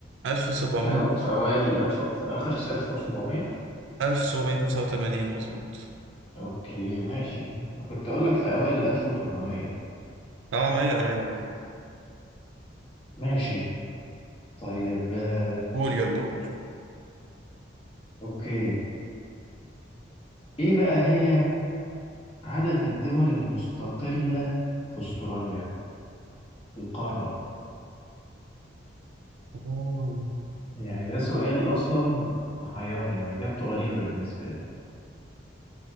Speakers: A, on the right; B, on the left.
A: 1700
B: في, أو... في اوائل الالف في اخر 1700
A: 1789 مظبوط
B: اوكي ماشي انا كنت اقول لك في اوائل ال 1800
A: اه ما هي قريبة
B: ماشي طيب آه،
A: قول يلا قول
B: اوكي ايه بقى هي عدد الدول المستقلة في استراليا في القارة
A: آه.
B: يعني ده سؤال أصلا محيرني وإجابته غريبة بالنسبة لي